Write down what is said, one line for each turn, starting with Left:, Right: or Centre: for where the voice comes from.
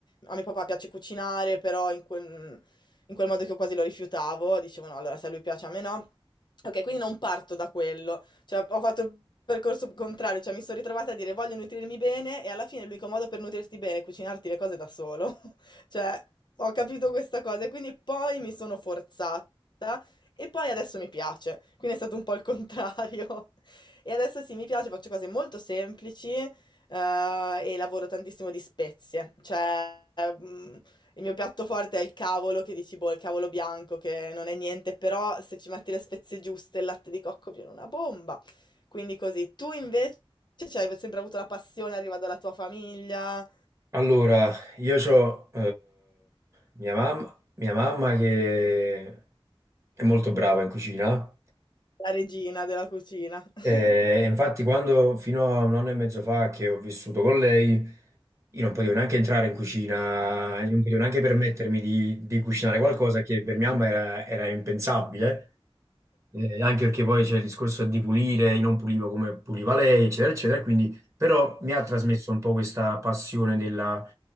Left: A mio papà piace cucinare, però in quel in quel modo che io quasi lo rifiutavo, dicevo: "No, allora se a lui piace a me no". Okay, quindi non parto da quello. Cioè, ho fatto il percorso contrario, cioè mi sono ritrovata a dire voglio nutrirmi bene e alla fine l'unico modo per nutrirti bene è cucinarti le cose da solo. <laughs> Cioè, ho capito questa cosa e quindi poi mi sono forzata e poi adesso mi piace. Quindi è stato un po' il contrario. <laughs> E adesso sì, mi piace, faccio cose molto semplici, eh, e lavoro tantissimo di spezie. Cioè, mm, il mio piatto forte è il cavolo, che dici, boh, il cavolo bianco, che non è niente, però se ci metti le spezie giuste, il latte di cocco viene una bomba. Quindi così. Tu invece cioè, hai sempre avuto la passione, arriva dalla tua famiglia,
Right: Allora, io ho mia mamma, mia mamma che è molto brava in cucina.
Left: la regina della cucina. <laughs>
Right: eh, E infatti, quando fino a un anno e mezzo fa che ho vissuto con lei, io non potevo neanche entrare in cucina, non potevo neanche permettermi di, di cucinare qualcosa che per mia mamma era, era impensabile. Eh, anche perché poi c'è il discorso di pulire, io non pulivo come puliva lei, eccetera, eccetera, quindi però mi ha trasmesso un po' questa passione della